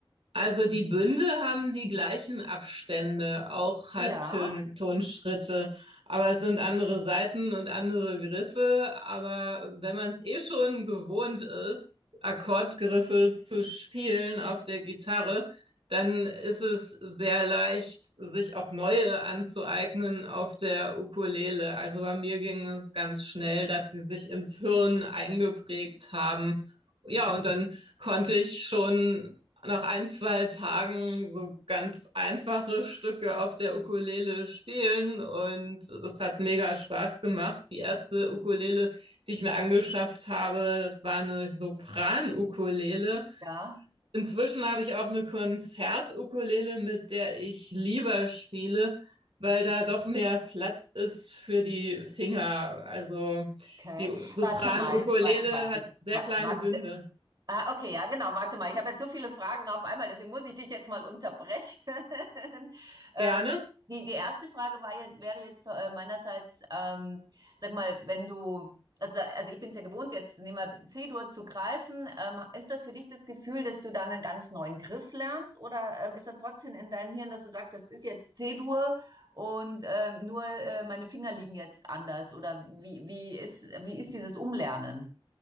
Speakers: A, on the right; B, on the right.
A: Also die Bünde haben die gleichen Abstände, auch Halbtonschritte,
B: Ja,
A: aber es sind andere Saiten und andere Griffe. Aber wenn man es eh schon gewohnt ist, Akkordgriffe zu spielen auf der Gitarre, dann ist es sehr leicht, sich auch neue anzueignen auf der Ukulele. Also bei mir ging es ganz schnell, dass sie sich ins Hirn eingeprägt haben. Ja,
B: Mhm.
A: und dann konnte ich schon nach ein, zwei Tagen so ganz einfache Stücke auf der Ukulele spielen und das hat mega Spaß gemacht. Die erste Ukulele, die ich mir angeschafft habe, das war eine Sopran-Ukulele.
B: ja,
A: Inzwischen habe ich auch eine Konzert-Ukulele, mit der ich lieber spiele, weil da doch mehr Platz ist für die Finger. Also
B: okay.
A: die Sopran-Ukulele
B: Warte mal, warte, warte,
A: hat sehr
B: warte,
A: kleine
B: warte,
A: Bünde.
B: Ah, okay, ja, genau. Warte mal, ich habe jetzt so viele Fragen auf einmal, deswegen muss ich dich jetzt mal unterbrechen. <laughs> Ähm,
A: Gerne.
B: die, die erste Frage war, jetzt- wäre jetzt äh, meinerseits, ähm, sag mal, wenn du, also, also ich bin es ja gewohnt, jetzt nehmen wir C-Dur zu greifen. Ähm, ist das für dich das Gefühl, dass du dann einen ganz neuen Griff lernst? Oder ähm, ist das trotzdem in deinem Hirn, dass du sagst, das ist jetzt C-Dur und ähm, nur äh, meine Finger liegen jetzt anders? Oder wie, wie ist, wie ist dieses Umlernen?